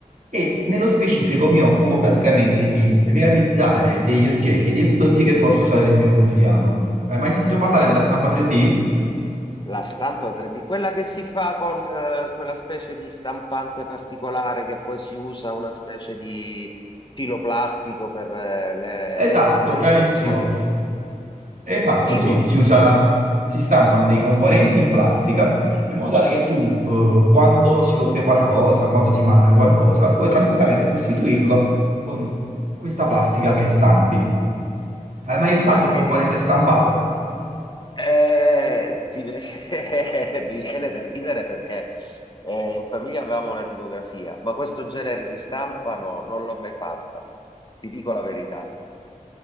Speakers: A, on the right; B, on the left.
A: e nello specifico mi occupo praticamente di realizzare degli oggetti e dei prodotti che posso usare nel mio quotidiano. Hai mai sentito parlare
B: Ah,
A: della stampa 3D?
B: La stampa 3D, quella che si fa con eh, quella specie di stampante particolare che poi si usa una specie di filo plastico per eh, le
A: Esatto,
B: realizzazioni.
A: bravissimo. Esatto,
B: Figo!
A: sì, si usa, si stampano dei componenti in plastica in modo tale che tu, eh, quando si rompe qualcosa, quando ti manca qualcosa, puoi tranquillamente sostituirlo con questa plastica che stampi. Hai mai
B: Eh,
A: usato
B: ma
A: un
B: che...
A: componente stampato?
B: eh, ti- <laughs> mi viene da ridere perché eh, in famiglia avevamo una tipografia, ma questo genere di stampa no, non l'ho mai fatta, ti dico la verità.